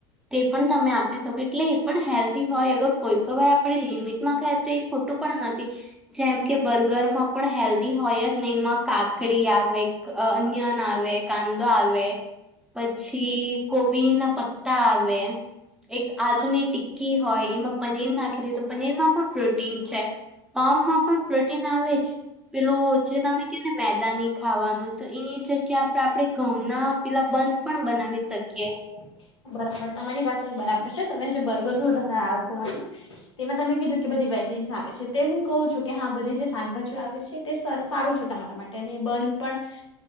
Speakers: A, in the centre; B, on the left.
A: તે પણ તમે આપી શકો એટલે એ પણ હેલ્ધી હોય અગર કોઈ વાર આપડે લિમિટમાં ખાય તો એ ખોટું પણ નથી જેમ કે બર્ગરમાં પણ હેલ્ધી હોય જ નઈ એમાં કાકડી આવે અન્યન આવે કાંદો આવે પછી કોબી ના પ ત્તા આવે એક આલુની ટીકી હોય એમાં પનીર નાખી દઈ તો પનીરમાં પણ પ્રોટીન છે પાાવમાં પણ પ્રોટીન આવે જ પેલુ જે તમે કીધુ ને મેદાની ખાવાનું તો એની એ જગ્યા આપણેે ઘઉંના પેલા <unintelligible> પણ બનાવી શકીએ
B: <unintelligible> બરાબર તમારી વાત એ બરાબર છે તમે જે બર્ગરનું ઉદાહરણ આપ્યું મને તેમાં તમે કીધું કે બધી વેજીસ આવે છે તે હું કઉું છું કે હા બધી જે શાકભાજીઓ આવે છે. તે સર સારું છે તમારા માટે અને <unintelligible> પણ